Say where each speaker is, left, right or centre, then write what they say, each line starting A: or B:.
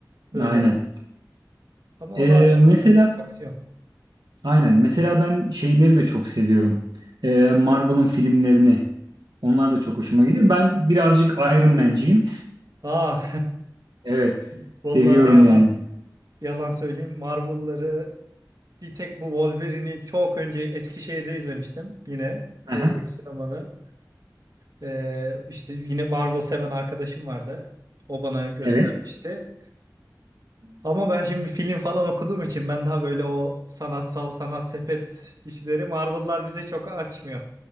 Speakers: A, on the right; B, on the right.
A: Böyle
B: Aynen.
A: Ama
B: E,
A: o daha şey
B: mesela.
A: gerçi aksiyon.
B: Aynen. Mesela ben şeyleri de çok seviyorum. Ee, Marvel'ın filmlerini. Onlar da çok hoşuma gidiyor. Ben birazcık Iron Man'ciyim.
A: Aa
B: Evet.
A: <laughs> vallahi
B: Seviyorum
A: ne yalan
B: yani.
A: yalan söyleyeyim. Marvel'ları bir tek bu Wolverine'i çok önce Eskişehir'de izlemiştim yine
B: Aha,
A: oradaki sinemada. Ee, işte yine Marvel seven arkadaşım vardı. O bana göstermişti.
B: evet.
A: Ama ben şimdi film falan okuduğum için ben daha böyle o sanatsal sanat sepet işleri Marvel'lar bize çok açmıyor.